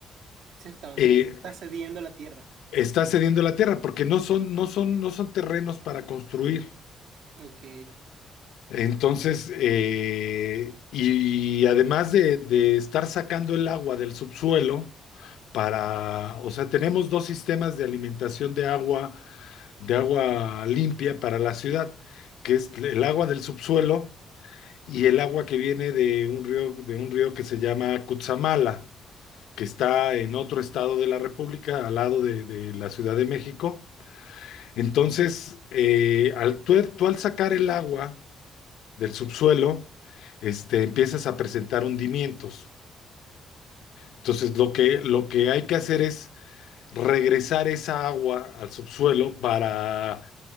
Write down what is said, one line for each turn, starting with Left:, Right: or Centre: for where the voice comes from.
Right: Se está hundiendo,
Left: eh,
Right: está cediendo la tierra.
Left: está cediendo la tierra porque no son, no son, no son terrenos para construir.
Right: Ok,
Left: Entonces, eh, y además de, de estar sacando el agua del subsuelo para, o sea, tenemos dos sistemas de alimentación de agua, de agua limpia para la ciudad, que es el agua del subsuelo y el agua que viene de un río, de un río que se llama Cutzamala. que está en otro estado de la República, al lado de, de la Ciudad de México. Entonces, eh, al, tú, tú al sacar el agua del subsuelo, este, empiezas a presentar hundimientos. Entonces, lo que, lo que hay que hacer es regresar esa agua al subsuelo para